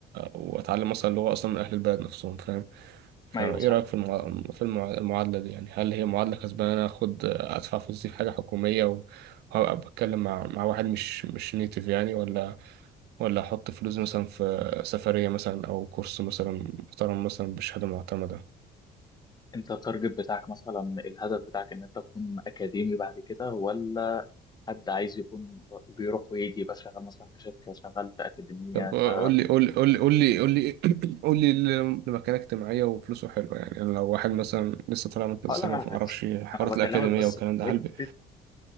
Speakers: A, on the right (about 75°); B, on the left (about 25°).
A: واتعلم مثلا لغة اصلا من اهل البلد نفسهم فاهم فايه
B: أيوه صح
A: رأيك في المع... في المع... المعادلة دي يعني هل هي معادلة كسبانة إن انا اخد ادفع فلوسي في حاجة حكومية وهبقى بتكلم مع مع واحد مش مش نيتيف يعني ولا ولا احط فلوس مثلا في سفرية مثلا او كورس مثلا محترم مثلا بشهادة معتمدة
B: أنت التارجت بتاعك مثلا الهدف بتاعك إن أنت تكون أكاديمي بعد كده ولا حد عايز يكون بيروح ويجي يبقى شغال مثلا في شركة شغال في أكاديمية
A: طب
B: شغال
A: آه، قول لي قول لي قول لي قول لي قول لي <clears throat> <coughs> قول لي اللي مكانه اجتماعية وفلوسه حلوة يعني أنا لو واحد مثلا لسه طالع من كذا
B: هقول
A: سنة
B: لك على
A: وما
B: حاجة
A: أعرفش حوارات
B: أنا بكلمك
A: الأكاديمية
B: بس
A: والكلام
B: في حتة
A: ده هل ب-